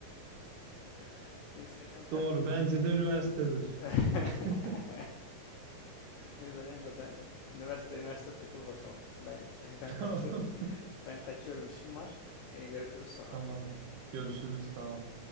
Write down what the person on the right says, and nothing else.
Doğru. Bence de üniversitedir.
<laughs>
Tamam.
Tamam. Görüşürüz. Sağ ol.